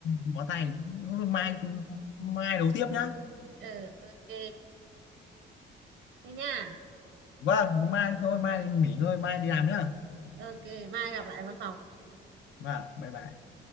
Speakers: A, on the left; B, on the right.
A: bó tay mai mai đấu tiếp nhá
B: ừ ok thế nha
A: vâng mai thôi mai nghỉ ngơi mai đi làm nhá
B: ok mai gặp lại văn phòng
A: vâng bye bye